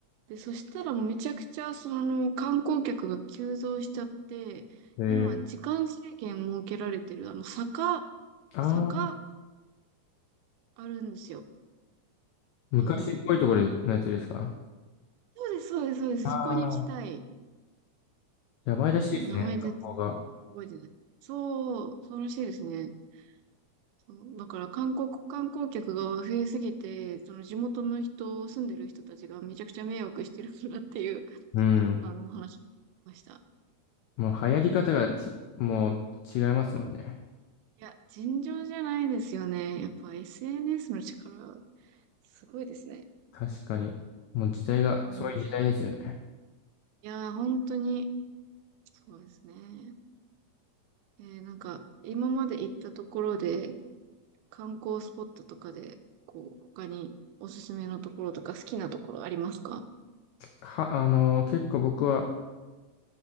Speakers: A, on the right (about 85°); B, on the left (about 75°).
A: で、そしたらめちゃくちゃ、その、観光客が急増しちゃって、
B: えー、
A: 今、時間制限設けられてる、あの、坂、
B: あー
A: 坂あるんですよ。
B: 昔っぽいところのやつですか
A: あの、そうです、そうです、そうです。
B: あ
A: そこに行きたい。
B: ーやばいらしいですね、
A: うん、名前全然。
B: 観光が。
A: 覚えてない。そう、そうらしいですね。そうだから韓国観光客が増えすぎて、その地元の人、住んでる人たちがめちゃくちゃ迷惑してるからっていう、
B: うん。
A: あの、お話を聞きました。
B: もう流行り方がち、もう違いますもんね。
A: いや、尋常じゃないですよね。やっぱ SNS の力、すごいですね。
B: 確かに。もう時代が、
A: うん。
B: そういう時代ですよね。
A: いやー、本当に、そうですね。えーなんか、今まで行ったところで、観光スポットとかで、こう、他におすすめのところとか好きなところありますか
B: は、あのー結構僕は、